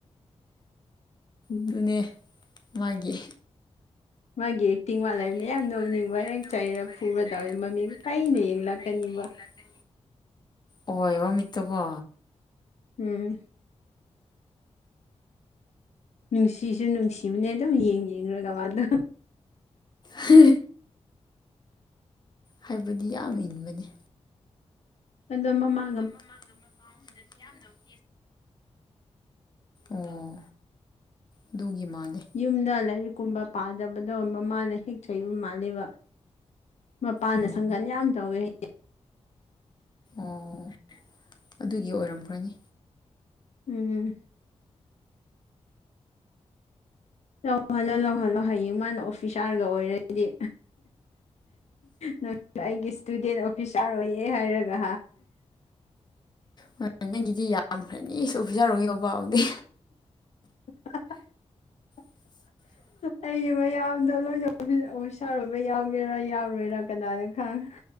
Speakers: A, on the left; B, on the left.
A: ꯎꯝ
B: ꯑꯗꯨꯅꯦ ꯃꯥꯒꯤ
A: ꯃꯥꯒꯤ ꯑꯦꯛꯇꯤꯡ ꯋꯥꯠꯂꯕꯅ
B: ꯃꯥꯒꯤ
A: ꯌꯥꯝ
B: ꯆꯤꯡ
A: ꯅꯣꯛꯅꯤꯡꯕ
B: ꯃꯥꯂꯕꯅ ꯌꯥꯝ
A: ꯍꯦꯛ
B: ꯅꯧꯅꯤꯡꯕ
A: ꯆꯩꯔ ꯐꯨꯕ
B: ꯍꯦꯛ ꯆꯩꯔ
A: ꯇꯧꯔꯗꯤ ꯃꯃꯤꯠ
B: ꯄꯨꯔ ꯇꯧ
A: ꯄꯩꯅ
B: ꯃꯃꯤ
A: ꯌꯦꯡꯂꯛꯀꯅꯤꯕ
B: ꯑꯩꯅ ꯌꯦꯡ ꯂꯥꯛꯀꯦ ꯑꯣꯏꯏ ꯋꯥꯃꯤꯠꯇꯀꯣ
A: ꯎꯝ ꯅꯨꯡꯁꯤꯁꯨ ꯅꯨꯡꯁꯤꯕꯅꯦ ꯑꯗꯨꯝ ꯌꯦꯡ ꯌꯦꯡꯈꯒꯕ ꯑꯗ
B: ꯍ ꯍꯥꯏꯕꯗꯤ ꯌꯥꯝ ꯏꯟꯕꯅꯤ
A: ꯀꯟꯗꯣ ꯃꯃꯥꯡ
B: ꯑꯗꯣ ꯃꯃꯥꯡꯗ ꯃꯄꯥꯡꯟꯗꯁꯨ ꯌꯥꯝꯅ ꯎꯦ ꯑꯣ ꯑꯗꯨꯒꯤ ꯃꯥꯜꯂꯦ
A: ꯌꯨꯝꯗ ꯂꯥꯏꯔꯤꯛ ꯀꯨꯝꯕ ꯄꯥꯗꯕꯗꯣ ꯃꯃꯥꯅ ꯍꯦꯛ ꯆꯩꯕ ꯃꯥꯜꯂꯕ ꯃꯄꯥꯟꯗ
B: ꯎꯝ
A: ꯁꯪꯒꯟ ꯌꯥꯝ ꯇꯧꯋꯦ ꯑꯩ
B: ꯑꯣ ꯑꯗꯨꯒꯤ ꯑꯣꯏꯔꯝꯈ꯭ꯔꯅꯤ
A: ꯎꯝ ꯂꯧꯍꯜꯂꯣ ꯂꯍꯜꯂꯣ ꯍꯌꯦꯡ ꯃꯥꯅ ꯑꯣꯐꯤꯁꯥꯔꯒ ꯑꯣꯏꯔꯗꯤ ꯅꯪ ꯑꯩꯒꯤ ꯏꯁꯇꯨꯗꯦꯟ ꯑꯣꯐꯤꯁ ꯆꯥꯔ ꯑꯣꯏꯌꯦꯦ ꯍꯥꯏꯔꯒ
B: ꯍꯣꯏ ꯅꯪꯒꯤꯗꯤ ꯌꯥꯝꯈ꯭ꯔꯅꯤꯁꯨ ꯑꯣꯐꯤꯁꯥꯔ ꯑꯣꯏ ꯌꯣꯕꯥꯎꯗꯦ
A: <inaudible>
B: <inaudible>
A: ꯑꯩꯒꯤ ꯃꯌꯥꯝꯗꯣ ꯂꯣꯏꯅ ꯑꯣꯐꯤꯁꯥꯔ ꯑꯣꯏꯕ ꯌꯥꯎꯒꯦꯔꯥ ꯌꯥꯎꯔꯣꯏꯔꯥ ꯀꯅꯥꯅ ꯈꯪ